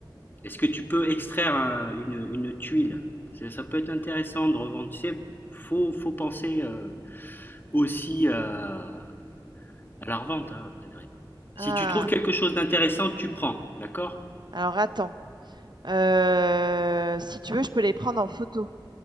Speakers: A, on the left; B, on the right.
A: Est-ce que tu peux extraire un- une, une tuile? Ça, ça peut être intéressant de revendre. Tu sais, faut, faut penser euh, aussi euh, à la revente hein, après derrière. Si
B: Ah,
A: tu trouves quelque chose d'intéressant, tu prends, d'accord?
B: alors attends. Euh, si tu veux, je peux les prendre en photo.